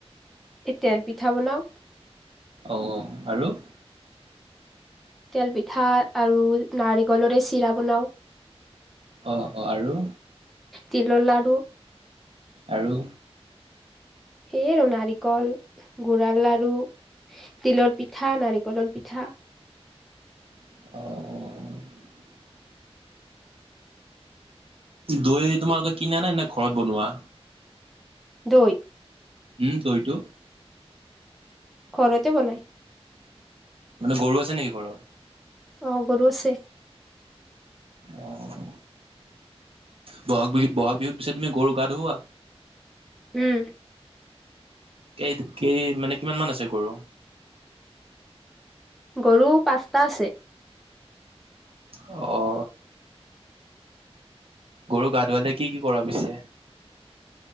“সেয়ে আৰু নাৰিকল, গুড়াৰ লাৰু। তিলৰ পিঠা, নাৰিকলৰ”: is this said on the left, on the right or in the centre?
Centre